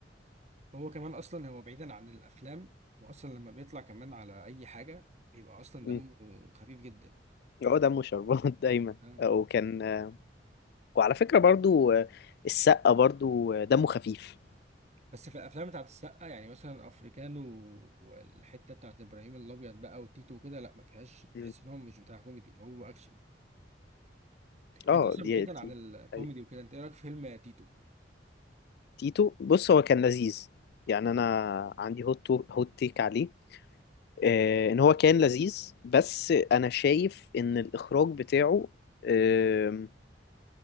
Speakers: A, on the right (about 40°); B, on the left (about 60°).
A: هو كمان اصلا هو بعيدا عن الافلام هو اصلا لما بيطلع كمان على اي حاجه بيبقى اصلا
B: مم.
A: دمه خفيف جدا
B: <laughs> هو دمه شربات <laughs> دايما
A: آه.
B: آه، وكان آه، وعلى فكرة برضه آه، السقا برضه آه، دمه خفيف
A: بس في الافلام بتاعت السقا يعني مثلا افريكانو والحته بتاعت ابراهيم الابيض بقى وتيتو وكده لا ما كانش
B: مم.
A: تحس ان هو مش بتاع كوميدي هو اكشن يعني
B: اه
A: انت اصلا
B: دي
A: بعيدا
B: دي
A: عن الكوميدي
B: حقيقة.
A: وكده انت ايه رايك في فيلم تيتو
B: تيتو بص هو كان لذيذ يعني انا عندي هوت هوت تيك عليه آه، ان هو كان لذيذ بس انا شايف ان الاخراج بتاعه آم،